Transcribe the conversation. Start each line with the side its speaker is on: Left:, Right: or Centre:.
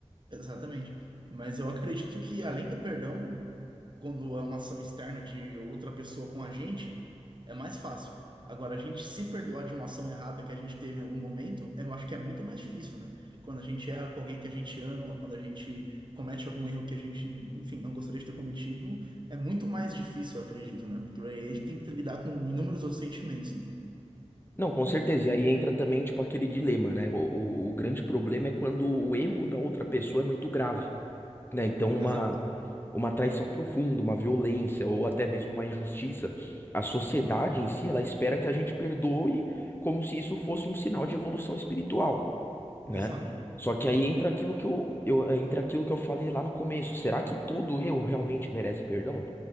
Right: exatamente. Mas eu acredito que além do perdão, quando é uma ação externa de outra pessoa com a gente, é mais fácil. Agora, a gente se perdoar de uma ação errada que a gente teve em algum momento, eu acho que é muito mais difícil, né? Quando a gente erra com alguém que a gente ama, quando a gente comete algum erro que a gente, enfim, não gostaria de ter cometido, é muito mais difícil, eu acredito, né? Porque aí a gente tem que lidar com inúmeros outros sentimentos, né?
Left: Não, com certeza. E aí entra também, tipo, aquele dilema, né? O, o- o grande problema é quando o erro da outra pessoa é muito grave, né? Então, uma,
Right: Exato,
Left: uma traição profunda, uma violência ou até mesmo uma injustiça, a sociedade em si, ela espera que a gente perdoe como se isso fosse um sinal de evolução espiritual, né?
Right: exato,
Left: Só que aí entra aquilo que eu, eu, entra aquilo que eu falei lá no começo. Será que todo erro realmente merece perdão?